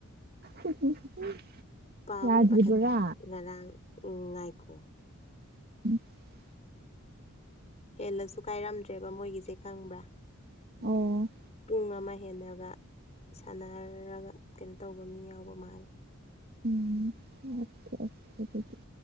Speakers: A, on the right (about 45°); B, on the left (about 30°).
A: <unintelligible>
B: ꯄꯥꯕꯨꯗꯤ
A: ꯌꯥꯗ꯭ꯔꯤꯕꯔꯥ
B: ꯄꯥꯈꯠ ꯉꯔꯥꯡ ꯉꯥꯏꯈꯣ꯫
A: <unintelligible>
B: ꯍꯦꯜꯂꯁꯨ ꯀꯥꯏꯔꯝꯗ꯭ꯔꯦꯕ ꯃꯣꯏꯒꯤꯁꯦ ꯈꯪꯕ꯭ꯔꯥ꯫
A: ꯑꯣ
B: ꯄꯨꯡ ꯑꯃ ꯍꯦꯟꯅꯒ ꯁꯥꯟꯅꯔꯒ ꯀꯩꯅꯣ ꯇꯧꯕ ꯃꯤ ꯌꯥꯎꯕ ꯃꯥꯜꯂꯦ꯫
A: <inaudible>